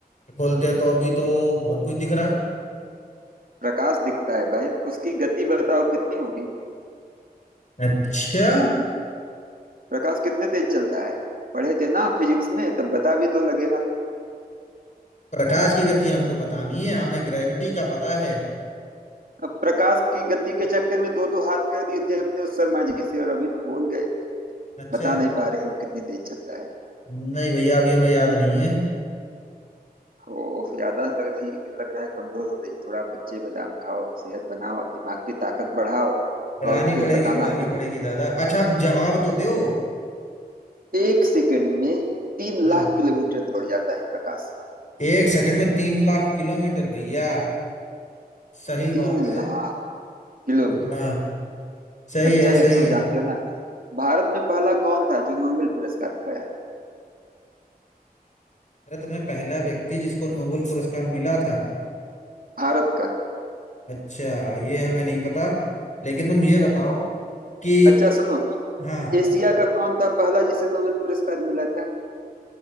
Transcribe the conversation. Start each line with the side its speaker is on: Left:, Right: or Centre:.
Left: खोलते हैं तो अभी तो बहुत कुछ दिख रहा है
Right: प्रकाश दिखता है भाई उसकी गति बताओ कितनी होगी
Left: अच्छा
Right: प्रकाश कितने तेज चलता है पढ़े थे ना फिजिक्स में तब बता भी दो लगे हाथ
Left: प्रकाश की गति हमको पता नहीं है हमें ग्रेविटी का पता है
Right: अब प्रकाश की गति के चक्कर में दो दो हाथ कर लिए थे अपने उस शर्मा जी से और अभी तुम भूल गए
Left: अच्छा
Right: बता नहीं पा रहे हो कितनी तेज चलता है
Left: नहीं भैया अभी हमें याद नहीं है
Right: ओह याददाश्त लग रही लग रहा है कमजोर हो रही थोड़ा बच्चे बादाम खाओ सेहत बनाओ दिमाग की ताकत बढ़ाओ
Left: पढ़ानी
Right: और फिर
Left: पड़ेगी
Right: बताना
Left: पढ़ानी
Right: कितना
Left: पड़ेगी दादा अच्छा आप जवाब तो दो
Right: एक सेकंड में तीन
Left: हाँ
Right: लाख किलोमीटर दौड़ जाता है प्रकाश
Left: एक सेकंड में तीन लाख किलोमीटर भैया सही बात
Right: तीन
Left: है
Right: लाख किलोमीटर
Left: हाँ सही
Right: अच्छा
Left: है
Right: यह
Left: सही
Right: तो
Left: है
Right: जानते हो ना भारत में पहला कौन था जो नोबेल पुरस्कार पाया
Left: भारत में पहला व्यक्ति जिसको नोबेल पुरस्कार मिला था
Right: भारत का
Left: अच्छा ये हमें नहीं पता लेकिन तुम ये बताओ कि
Right: अच्छा सुनो
Left: हाँ
Right: एशिया का कौन था पहला जिसे नोबेल पुरस्कार मिला था